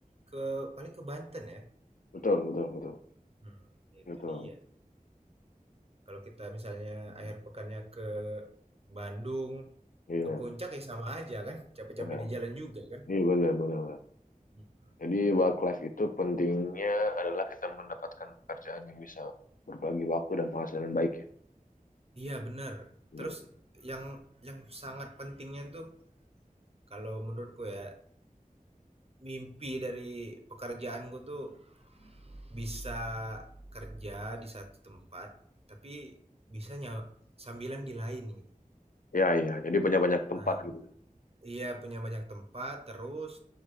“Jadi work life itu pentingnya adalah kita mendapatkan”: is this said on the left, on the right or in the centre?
Left